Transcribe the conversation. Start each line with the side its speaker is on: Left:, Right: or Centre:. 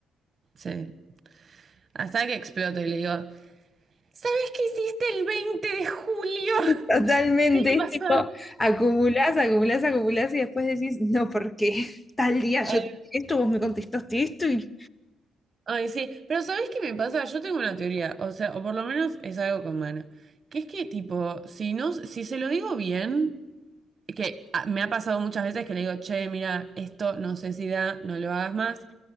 Right: Sí. Hasta que exploto y le digo, ¿sabes qué hiciste el 20 de julio del
Left: Totalmente,
Right: año pasado?
Left: es tipo, acumulás, acumulás, acumulás y después decís, no, porque <laughs> tal día yo
Right: Ay,
Left: te dije esto, vos me contestaste esto y
Right: Ay, sí, pero ¿sabes qué me pasa? Yo tengo una teoría, o sea, o por lo menos es algo con Mana, que es que tipo, si no, si se lo digo bien, que ah, me ha pasado muchas veces que le digo, che, mira, esto no sé si da, no lo hagas más.